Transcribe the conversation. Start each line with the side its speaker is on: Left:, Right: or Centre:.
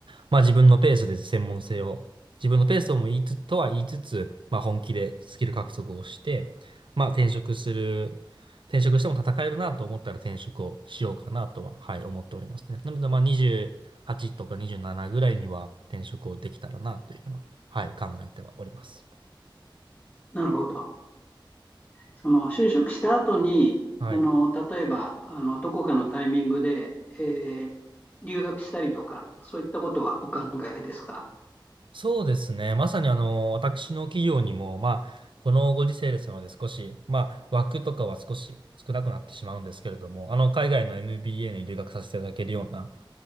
Right: まあ自分のペースで専門性を、自分のペースとも言いつ、とは言いつつ、まあ本気でスキル獲得をして、まあ転職する、転職しても戦えるなと思ったら転職をしようかなとは、はい、思っておりますね。なのでまあ28とか27ぐらいには転職をできたらなというのは、はい、考えてはおります。
Left: なるほど。その就職した後に、
Right: はい。
Left: あの例えばあのどこかのタイミングで、えー留学したりとか、そういったことはお考えですか
Right: そうですね。まさにあの、私の企業にも、まあ、このご時世ですので少し、まあ、枠とかは少し少なくなってしまうんですけれども、あの、海外の MBA に留学させていただけるような、